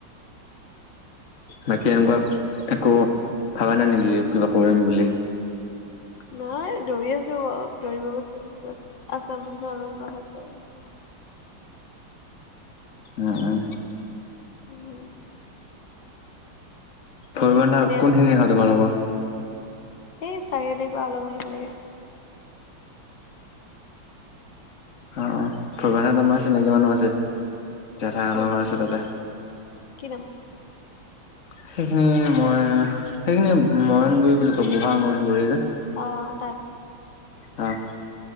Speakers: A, on the left (about 40°); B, on the left (about 65°).
A: বাকী এনেকুৱা একো ভাবা নাই নেকি কিবা কৰিম বুলি?
B: নাই দৌৰি আছো, দৌৰিব গৈছো আছাম পুলিচৰ অনলাইন কৰা হৈ আছে।
A: উম উম।
B: উম।
A: ভৈৰৱন্ধা
B: তুমি এনেই
A: কোনখিনি
B: আছা
A: হয় তোমালোকৰ
B: এই চাৰিআলিৰ পৰা অলপ আহিব লাগে।
A: অ অ ফুলবন্ধাত আমাৰ চিনাকি মানুহ আছে। জেঠাইহঁতৰ
B: কোন
A: ঘৰ আছে তাতে।
B: কি নাম
A: সেইখিনি মই সেইখিনি মৰানগুৰি বুলি কয় বুঢ়া মৰাণ গুৰি যে।
B: অ তাত।
A: অ।